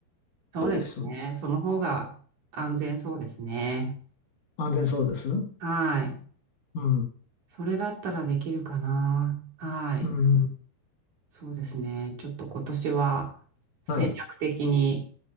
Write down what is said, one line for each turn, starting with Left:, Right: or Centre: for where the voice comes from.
Right: そうですね。
Left: どうです
Right: その方が安全そうですね。
Left: 安全そうですう
Right: はい。
Left: ん、
Right: それだったらできるかな。はい。
Left: うん、
Right: そうですね。ちょっと今年は戦略的に。
Left: はい、